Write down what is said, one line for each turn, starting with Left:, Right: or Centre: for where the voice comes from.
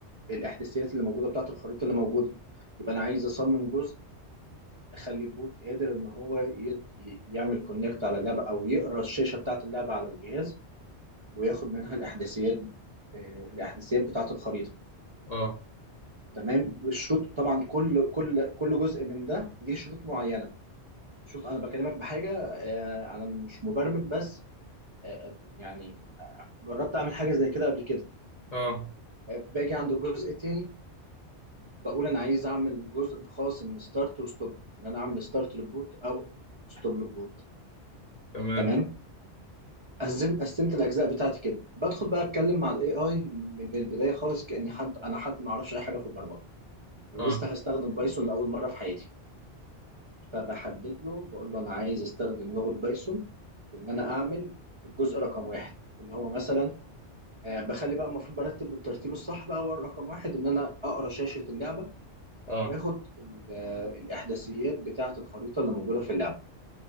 Right: الاحداثيات اللي موجوده بتاعه الخريطه اللي موجوده يبقى انا عايز اصمم جزء اخلي البوت قادر ان هو يت... ي- يعمل كونكت على اللعبه او يقرا الشاشه بتاعه اللعبه على الجهاز وياخد منها الاحداثيات آه، الاحداثيات بتاعه الخريطه
Left: اه
Right: تمام بالشروط طبعا كل كل كل جزء من ده ليه شروط معينه شوف انا بكلمك بحاجه آه، انا مش مبرمج بس آه، آه، يعني جربت اعمل حاجه زي كده قبل كده
Left: اه
Right: آه، باجي عند الجزء التاني بقول انا عايز اعمل جزء خاص من ستارت وستوب ان انا اعمل ستارت للبوت او ستوب للبوت
Left: تمام
Right: تمام قسمت قسمت الاجزاء بتاعتي كده بدخل بقى اتكلم مع الاي اي من البدايه خالص كاني حد انا حد ما اعرفش اي حاجه في البرمجه ولسه
Left: اه
Right: هستخدم بايثون لاول مره في حياتي فبحدد له بقول له انا عايز استخدم لغه بايثون في ان انا اعمل الجزء رقم واحد اللي هو مثلا آه، بخلي بقى المفروض برتب بالترتيب الصح بقى هو رقم واحد ان انا اقرا شاشه اللعبه
Left: اه
Right: واخد ال- آه، الاحداثيات بتاعه الخريطه اللي موجوده في اللعبه